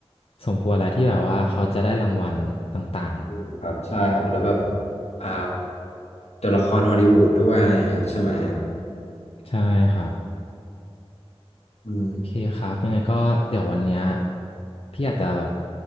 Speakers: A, on the left (about 65°); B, on the left (about 80°).
A: สมควรแล้วที่แบบว่าเขาจะได้รางวัลต่าง
B: อืมครับใช่ครับแล้วแบบอ่าตัวละครฮอลลีวูดด้วยอะไรเงี้ยใช่ไหม
A: ๆใช่ครับ
B: อืม
A: โอเคครับยังไงก็เดี๋ยววันเนี้ยพี่อาจจะแบบ